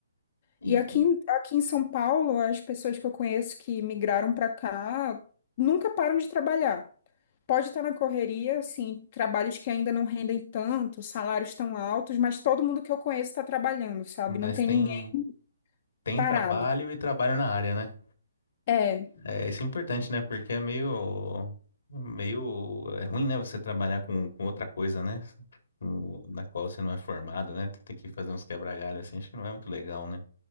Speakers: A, on the left; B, on the left.
A: E,
B: E aqui, em- aqui em São Paulo, as pessoas que eu conheço que migraram para cá nunca param de trabalhar. Pode estar na correria, assim, trabalhos que ainda não rendem tanto, salários tão altos, mas todo mundo que eu conheço está trabalhando, sabe?
A: mas
B: Não tem
A: tem,
B: ninguém
A: tem
B: parado.
A: trabalho e trabalho na área, né?
B: É.
A: É, isso é importante, né? Porque é meio, meio, é ruim, né? Você trabalhar com, com outra coisa, né? Com- na qual você não é formado, né? Tem que fazer uns quebra-galho assim, acho que não é muito legal, né?